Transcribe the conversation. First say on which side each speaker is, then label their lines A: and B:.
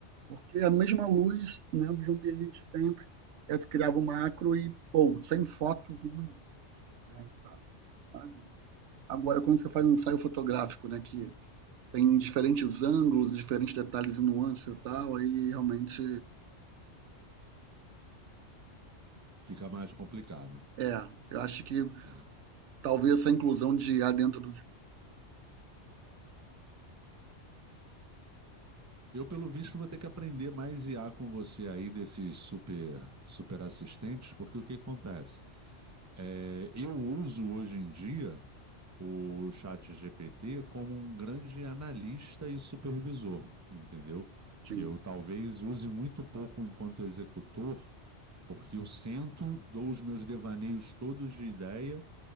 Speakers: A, on the right; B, on the right.
A: porque a mesma luz, né, o mesmo ambiente sempre, aí tu criava um macro e, pô, 100 fotos em um minuto. né, Maravilha. Agora, quando você faz um ensaio fotográfico, né, que tem diferentes ângulos, diferentes detalhes e nuances e tal, aí realmente
B: fica mais complicado.
A: é. Eu acho que
B: Então,
A: talvez essa inclusão de A dentro do
B: eu, pelo visto, vou ter que aprender mais I a com você aí desses super super assistentes, porque o que acontece? É, eu uso hoje em dia o chat GPT como um grande analista e supervisor, entendeu?
A: Sim.
B: Eu talvez use muito pouco enquanto executor, porque eu sento, dou os meus devaneios todos de ideia